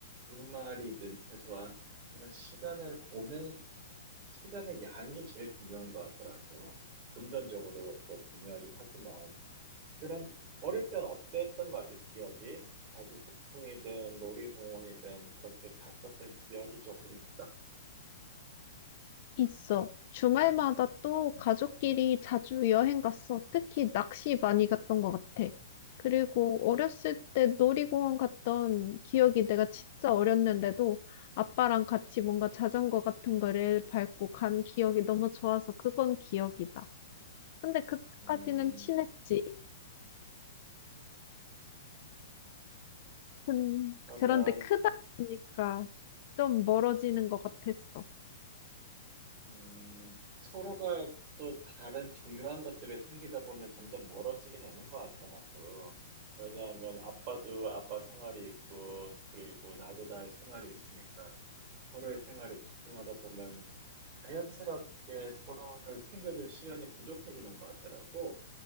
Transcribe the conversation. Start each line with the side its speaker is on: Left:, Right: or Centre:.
Right: 주말이든 최소한 그런 시간을 보낸 시간의 양이 제일 중요한 것 같더라고. 금전적으로도 중요하긴 하지만, 그런, 어릴 땐 어땠던 것 같아, 기억이? 자주 소풍이든 놀이공원이든 그렇게 갔었던 기억이 조금 있어?
Left: 있어. 주말마다 또 가족끼리 자주 여행 갔어. 특히 낚시 많이 갔던 것 같아. 그리고 어렸을 때 놀이공원 갔던 기억이 내가 진짜 어렸는데도 아빠랑 같이 뭔가 자전거 같은 거를 밟고 간 기억이 너무 좋아서 그건 기억이다. 근데 그때까지는
Right: 음,
Left: 친했지. 음,
Right: 그러면,
Left: 그런데 크다 보니까 좀 멀어지는 것 같았어.
Right: 음, 서로가 또 다른 중요한 것들이 생기다 보면 점점 멀어지게 되는 것 같아, 나도. 왜냐하면 아빠도 아빠 생활이 있고, 그리고 나도 나의 생활이 있으니까 서로의 생활에 집중하다 보면 자연스럽게 서로를 챙겨줄 시간이 부족해지는 것 같더라고.